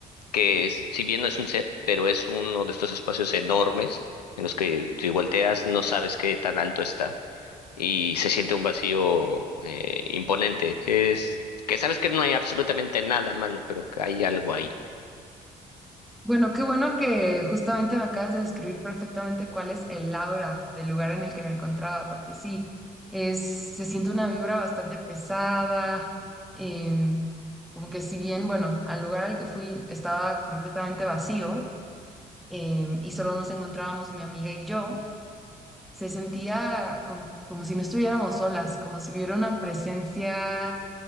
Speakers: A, on the left; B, in the centre.
A: que es- si bien no es un set, pero es uno de estos espacios enormes en los que si volteas no sabes qué tan alto está y se siente un vacío eh, imponente. Es que sabes que no hay absolutamente nada malo, pero que hay algo ahí.
B: Bueno, qué bueno que justamente me acabas de describir perfectamente cuál es el aura del lugar en el que me encontraba, porque sí, es, se siente una vibra bastante pesada, em, como que si bien, bueno, al lugar al que fui estaba completamente vacío, em, y solo nos encontrábamos mi amiga y yo, se sentía como, como si no estuviéramos solas, como si hubiera una presencia